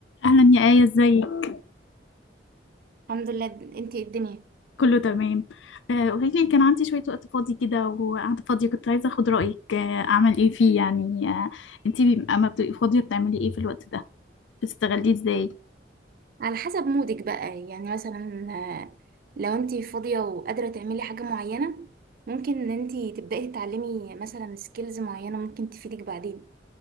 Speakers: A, on the left; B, on the right.
A: اهلا يا آية ازيك
B: الحمد لله انتي ايه الدنيا
A: كله تمام آه، قولي لي كان عندي شوية وقت فاضي كده وقاعدة فاضية كنت عايزة اخد رأيك آه، اعمل ايه فيه يعني آه، انتي بي- اما بتبقي فاضية بتعملي ايه في الوقت ده بتستغليه ازاي
B: على حسب مودك بقى يعني مثلا آه، لو انتي فاضية وقادرة تعملي حاجة معينة ممكن ان انتي تبدأي تتعلمي مثلا سكيلز معينة ممكن تفيدك بعدين